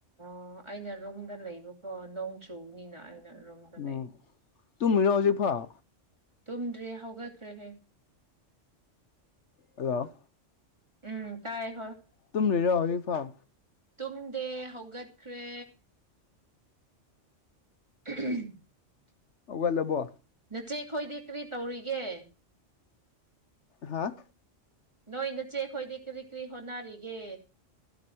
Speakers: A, on the right; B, on the left.
A: ꯑꯣ ꯑꯩꯅ ꯔꯨꯝꯗ ꯂꯩꯕꯀꯣ ꯅꯣꯡ ꯆꯨꯕꯅꯤꯅ ꯑꯩꯅ ꯔꯨꯝꯗ ꯂꯩꯕ
B: ꯑꯣ ꯇꯨꯝꯃꯤꯔꯣ ꯍꯧꯖꯤꯛ ꯐꯥꯎ
A: ꯇꯨꯝꯗ꯭ꯔꯦ ꯍꯧꯒꯠꯈ꯭ꯔꯦꯍꯦ
B: ꯍꯜꯂꯣ
A: ꯎꯝ ꯇꯥꯏꯌꯦ
B: ꯇꯨꯝꯂꯤꯔꯣ ꯍꯧꯖꯤꯛꯐꯥꯎ
A: ꯇꯨꯝꯗꯦ ꯍꯧꯒꯠꯈ꯭ꯔꯦ <inaudible>
B: ꯍꯧꯒꯠꯂꯕꯣ
A: ꯅꯆꯦ ꯈꯣꯏꯗꯤ ꯀꯔꯤ ꯇꯧꯔꯤꯒꯦ
B: ꯍꯥꯥ
A: ꯅꯣꯏ ꯅꯆꯦ ꯈꯣꯏꯗꯤ ꯀꯔꯤ ꯀꯔꯤ ꯍꯣꯠꯅꯔꯤꯒꯦ